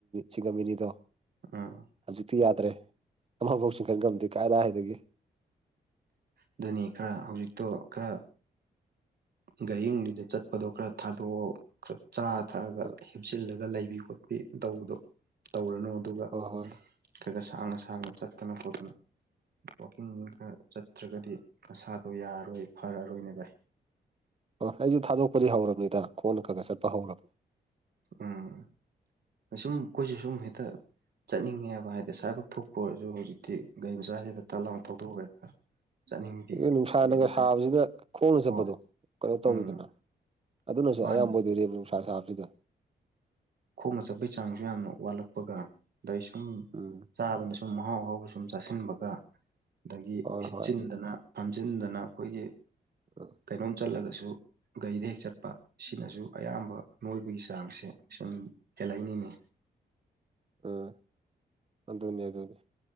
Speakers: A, on the right; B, on the right.
A: ꯆꯤꯡꯉꯝꯃꯤꯅꯤꯗꯣ
B: ꯎꯝ
A: ꯍꯧꯖꯤꯗꯤꯤ ꯌꯥ ꯠꯇ꯭ꯔꯦ ꯑꯃꯐꯥꯎ ꯈꯟ ꯉꯝꯗꯦ ꯀꯥꯏꯔ ꯍꯥꯏꯗꯒꯤ
B: ꯑꯗꯨꯅꯤ ꯈꯔ ꯍꯧꯖꯤꯛꯇꯣ ꯈꯔ ꯒꯥꯔꯤ ꯅꯨꯡꯅꯤꯗ ꯆꯠꯄꯗꯣ ꯈꯔ ꯊꯥꯗꯣꯛꯑꯣ ꯈꯔ ꯆꯥꯔ ꯊꯛꯑꯒ
A: ꯎꯝ
B: ꯍꯦꯞꯆꯤꯜꯂꯒ ꯂꯩꯕꯤ ꯈꯣꯠꯄꯤ ꯇꯧꯕꯗꯣ ꯇꯧꯔꯅꯨ ꯑꯗꯨꯒ
A: ꯍꯣꯏ ꯍꯣꯏ
B: ꯈꯔ ꯈ ꯁꯥꯡꯅ ꯁꯥꯡꯅ ꯆꯠꯇꯅ ꯈꯣꯠꯇꯅ ꯋꯥꯋꯀꯤꯡ ꯋꯀꯤꯡ ꯈꯔ ꯆꯠ ꯅꯠꯇ꯭ꯔꯒꯗꯤ ꯅꯁꯥꯗꯣ ꯌꯥꯔꯔꯣꯏ ꯐꯔꯔꯣꯏꯅ ꯥꯏ
A: ꯍꯣꯏ ꯑꯩꯁꯨ ꯊꯥꯗꯣꯛꯄꯗꯤ ꯍꯧꯔꯕꯅꯤꯗ ꯈꯣꯟꯅ ꯈꯒ ꯆꯠꯄ ꯍꯧꯔꯕꯅꯤ
B: ꯎꯝ ꯁꯨꯝ ꯈꯨꯁꯨ ꯁꯨꯝ ꯍꯦꯇꯥ ꯆꯠꯅꯤꯡꯉꯦꯕ ꯍꯥꯏꯗꯤ ꯑ ꯏꯁꯁꯥꯏꯕꯛ ꯊꯣꯛꯄ ꯑꯣꯏꯔꯁꯨ ꯍꯧꯖꯤꯛꯇꯤ ꯒꯥꯔꯤ ꯃꯆꯥꯁꯤꯗ ꯇꯠꯂꯥꯎꯒ ꯊꯧꯗꯣꯛꯑꯒ ꯆꯠꯅꯤꯡꯕꯤ
A: ꯅꯨꯡꯁꯥꯅꯪꯒ
B: ꯑꯗꯨꯒꯤꯗ
A: ꯁꯥꯕꯁꯤꯅ
B: ꯇꯧ
A: ꯈꯣꯡꯅ ꯆꯠꯄꯗꯣ
B: ꯍꯣꯏ
A: ꯀꯩꯅꯣ ꯇꯧꯋꯤꯗꯅ
B: ꯎꯝ
A: ꯑꯗꯨꯅꯁꯨ
B: ꯃꯥꯅꯤ
A: ꯑꯌꯥꯝꯕ ꯑꯣꯏꯗꯣꯏꯔꯤꯕ ꯅꯨꯡꯁꯥ ꯁꯥ ꯍꯥꯞꯕꯁꯤꯗꯣ
B: ꯈꯣꯡꯅ ꯆꯠꯄꯒꯤ ꯆꯥꯡꯁꯨ ꯌꯥꯝꯅ ꯋꯥꯠꯂꯛꯄꯒ ꯑꯗꯩ ꯁꯨꯝ
A: ꯎꯝ
B: ꯆꯥꯕꯅ ꯁꯨꯝ ꯃꯍꯥꯎ ꯑꯍꯥꯎꯕ ꯁꯨꯝ ꯆꯥꯁꯤꯟꯕꯒ ꯑꯗꯒꯤ
A: ꯍꯣꯏ
B: ꯍꯤꯞꯆꯤꯟꯗꯅ
A: ꯍꯣꯏ
B: ꯐꯝꯖꯤꯟꯗꯅ ꯑꯩꯈꯣꯏꯒꯤ
A: ꯎꯝ
B: ꯀꯩꯅꯣꯝ ꯆꯜꯂꯒꯁꯨ ꯁꯨ ꯒꯥꯔꯤꯗ ꯍꯦꯛ ꯆꯠꯄ ꯁꯤꯅꯁꯨ ꯑꯌꯥꯝꯕ ꯅꯣꯏꯕꯒꯤ ꯆꯥꯡꯁꯦ ꯁꯨꯝ ꯆꯦꯜꯂꯛꯏꯅꯦ
A: ꯎꯝ ꯑꯗꯨꯅꯤ ꯑꯗꯨꯅꯤ